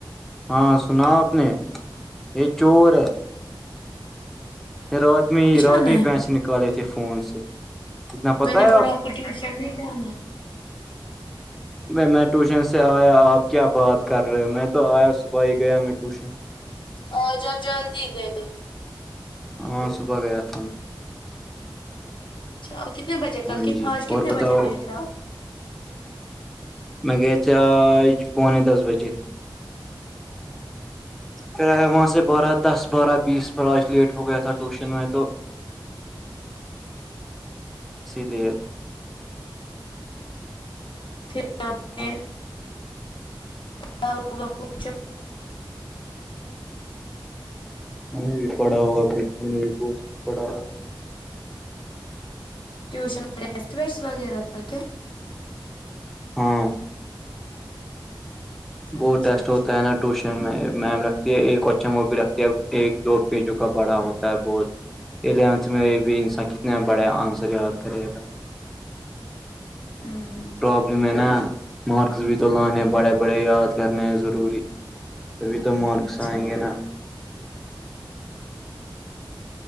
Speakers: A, in the centre; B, on the left (about 75°).
A: ہاں سنا اپنے یہ چور ہے
B: کو
A: رات
B: ٹیوشن
A: میں
B: نہیں
A: ہی رات
B: جانا
A: میں ہی
B: ہے
A: پیسے نکالے تھے فون سے اتنا پتا
B: میں نے
A: ہے
B: بولا آپ کو ٹیوشن نہیں جنا ہے
A: بھائی میں ٹیوشن سے آیا آپ کیا بات کر رہے ہو میں تو آیا صبح ہی گیا میں ٹیوشن
B: اور جب جلدی گ تھ
A: ہاں صبح گیا تھا میں
B: اچھا کتنے بجے کل
A: ہاں
B: ک
A: جی
B: آج کتنے
A: اور بتاؤ
B: بجے گئے تھے آپ
A: میں گیا پانی دس بجے پھر وہاں سے بارہ دس بارہ بیس ب آج لیٹ ہو گیا تھا ٹیوشن میں تو اسی لیے
B: پھر
A: ہاں
B: نے ہوگا پچھا
A: ہمیں بھی پڑا ہوگا کچھ بھی کچھ پڑا ہوگا
B: ٹیوشن ڈسٹ ویٹس وغیرہ تھا کیا
A: ہاں بہت
B: اچھا
A: ٹیسٹ
B: اچھا
A: ہوتا ہے نا ٹیوشن میں میم رکھتی ہے ایک کوچن وہ بھی رکھتی ہے ایک دو پیجوں کا بڑا ہوتا ہے بہت الیونتھ میں بھی انسا کتنا بڑا آنسر یاد کرے گا
B: ہوں ہوں
A: پرابلم ہے نا مارکس بھی تو لانے بڑے بڑے یاد کرنے ضروری تبھی تو مارکس
B: اچھا
A: آئیں گے نا